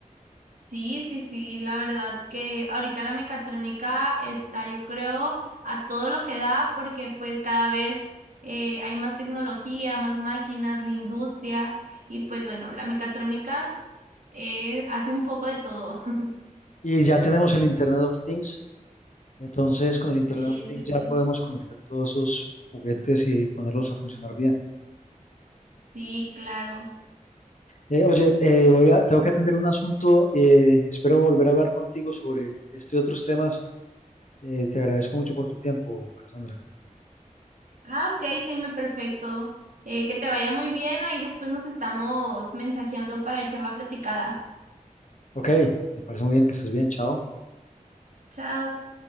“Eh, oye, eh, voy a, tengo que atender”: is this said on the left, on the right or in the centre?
Left